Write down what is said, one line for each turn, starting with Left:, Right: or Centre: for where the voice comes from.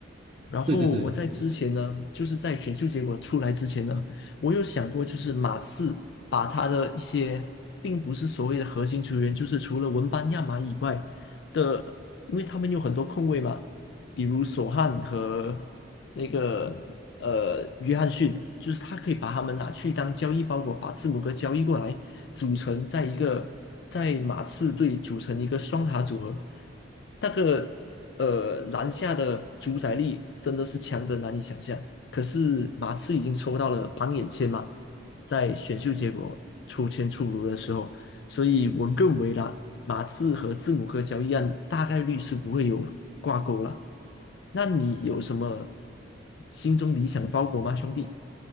Left: 然后我在之前呢，
Right: 对对对。
Left: 就是在选秀结果出来之前呢，我有想过，就是马刺把他的一些并不是所谓的核心球员，就是除了文班亚马以外的，因为他们有很多控卫嘛，比如索汉和那个呃约翰逊，就是他可以把他们拿去当交易包裹，把字母哥交易过来，组成在一个在马刺队组成一个双塔组合。那个呃，篮下的主宰力真的是强得难以想象。可是马刺已经抽到了榜眼签嘛，在选秀结果抽签出炉的时候，所以我认为啦，马刺和字母哥交易案大概率是不会有挂钩了。那你有什么心中理想包裹吗，兄弟？